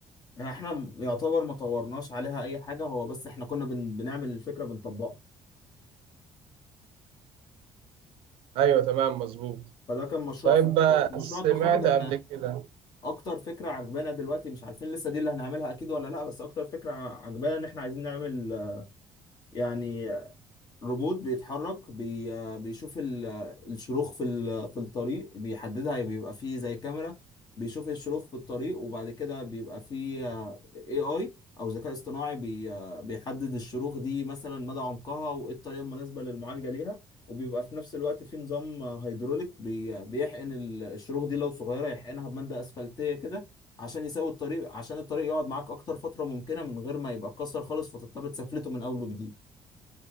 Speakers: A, on the left; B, on the right.
A: احنا يعتبر ما طورناش عليها اي حاجه هو بس احنا كنا بن... بنعمل الفكره بنطبقها
B: ايوه تمام مظبوط
A: فده كان مشروع
B: طيب
A: في في مشروع
B: سمعت
A: التخرج احنا
B: قبل كده
A: اكتر فكره عجبانا دلوقتي مش عارفين لسه دي اللي هنعملها اكيد ولا لا بس اكتر فكره عجبانا ان احنا عايزين نعمل آه، يعني روبوت بيتحرك بي... آه، بيشوف ال... آه، الشروخ في ال... في الطريق بيحددها بيبقى فيه زي كاميرا بيشوف الشروخ في الطريق وبعد كده بيبقى فيه اي اي او ذكاء اصطناعي بي... آه، بيحدد الشروخ دي مثلا مدى عمقها وايه الطريقة المناسبة للمعالجة ليها وبيبقى في نفس الوقت في نظام آه، هيدروليك بي... آه، بيحقن ال- الشروخ دي لو صغيرة يحقنها بمادة اسفلتية كده عشان يساوي الطريق عشان الطريق يقعد معاك اكتر فترة ممكنة من غير ما يبقى اتكسر خالص فتضطر تسفلته من اول وجديد